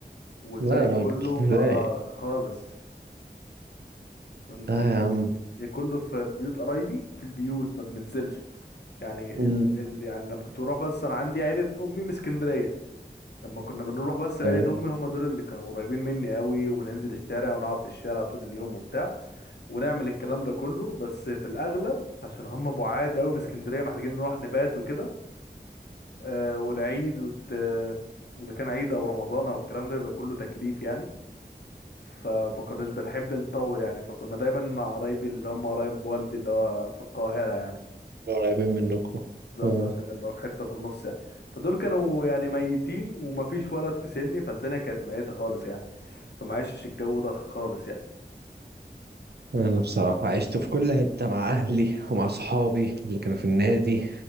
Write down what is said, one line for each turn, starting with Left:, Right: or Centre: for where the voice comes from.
Left: والباقي
Right: لا يا راجل
Left: كله ما
Right: إزاي
Left: آه خالص كنت
Right: لا
Left: ال...
Right: يا عم
Left: يا كله في بيوت قرايبي في البيوت ما بننزلش يعني
Right: مم.
Left: ال... ال... يعني لما كنت بروح بس انا عندي عيلة امي من اسكندرية لما كنا بنروح بس لعيلة
Right: تمام
Left: امي هم دول اللي كانوا قريبين مني قوي وننزل الشارع ونقعد في الشارع طول اليوم وبتاع ونعمل الكلام ده كله بس في الاغلب عشان هم بعاد قوي في اسكندرية محتاجين نروح نبات وكده آه والعيد وت... آه، اذا كان عيد او رمضان او الكلام ده بيبقى كله تكليف يعني فما كناش بنحب نطول يعني فكنا دايما مع قرايبي اللي هم قرايب والدي اللي هو في القاهرة يعني
Right: قريبين منكم
Left: بالظبط
Right: اه
Left: عشان نبقى في حتة في النص يعني فدول كانوا يعني ميتين ومفيش ولد في سني فالدنيا كانت ميتة خالص يعني فما عشتش الجو ده خالص يعني
Right: أنا بصراحة عشت في كل حتة مع أهلي ومع صحابي اللي كانوا في النادي